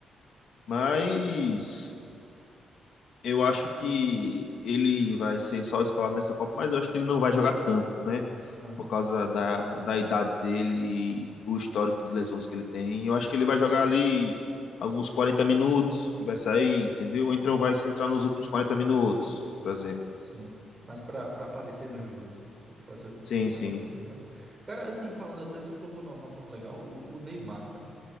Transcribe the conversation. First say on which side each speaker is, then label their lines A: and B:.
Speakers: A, on the left; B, on the right.
A: Mas Eu acho que ele vai ser só escalado nessa Copa, mas eu acho que ele não vai jogar tanto, né?
B: aham.
A: Por causa da, da idade dele e do histórico de lesões que ele tem. Eu acho que ele vai jogar ali alguns quarenta minutos e vai sair, entendeu? Ou Então vai se entrar nos últimos 40 minutos, por exemplo.
B: Sim. Mas pra, pra aparecer no jogo, né? Tipo, fazer o-
A: Sim,
B: aparecer
A: sim,
B: o nome dele e tal. Cara, assim, falando até, tu tocou no nosso outro legal, o, o Neymar, cara.